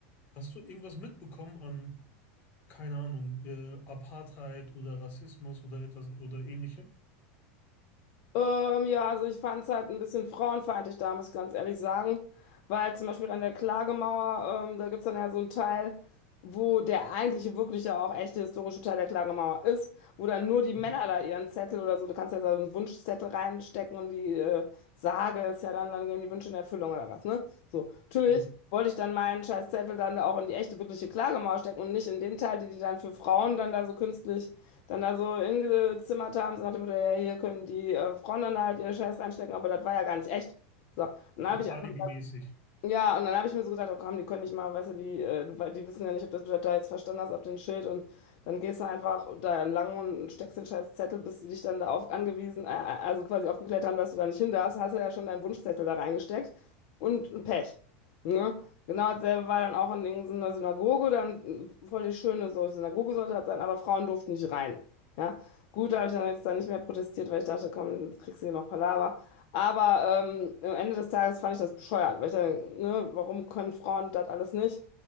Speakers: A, on the left (about 25°); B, on the left (about 45°).
A: Hast du irgendwas mitbekommen an, keine Ahnung, äh, Apartheid oder Rassismus oder etwas oder ähnlichem?
B: Ähm, ja, also ich fand es halt ein bisschen frauenfeindlich da, muss ich ganz ehrlich sagen. Weil zum Beispiel an der Klagemauer, ähm, da gibt es dann ja so einen Teil, wo der eigentliche, wirkliche, auch echte historische Teil der Klagemauer ist, wo dann nur die
A: Ja,
B: Männer da ihren Zettel oder so, du kannst ja so einen Wunschzettel reinstecken und die äh, Sage ist ja dann, dann gehen die Wünsche in Erfüllung oder was, ne? So, natürlich
A: ja.
B: wollte ich dann meinen Scheißzettel dann da auch in die echte, wirkliche Klagemauer stecken und nicht in den Teil, die die dann für Frauen dann da so künstlich dann da so hingezimmert haben, so nach dem Motto, ja, hier können die äh, Frauen dann halt ihre Scheiß reinstecken, aber das war ja gar nicht echt. So, dann habe
A: so
B: ich
A: alibimäßig.
B: einfach ja, und dann habe ich mir so gedacht, oh komm, die können nicht mal, weißt du, die, äh, weil die wissen ja nicht, ob das du das da jetzt verstanden hast, ab dem Schild. Und dann gehst du einfach da lang und steckst den scheiß Zettel, bis die dich dann da auf, angewiesen, äh, äh, also quasi aufgeklärt haben, dass du da nicht hin darfst. Hast du ja schon deinen Wunschzettel da reingesteckt und Pech. Ne? Genau dasselbe war dann auch in irgendeiner Synagoge, dann äh, voll die schöne so Synagoge sollte das sein, aber Frauen durften nicht rein. Ja, gut, da habe ich dann jetzt da nicht mehr protestiert, weil ich dachte, komm, jetzt kriegst du hier noch Palaver. Aber ähm, am Ende des Tages fand ich das bescheuert, weil ich dann, ne, warum können Frauen das alles nicht?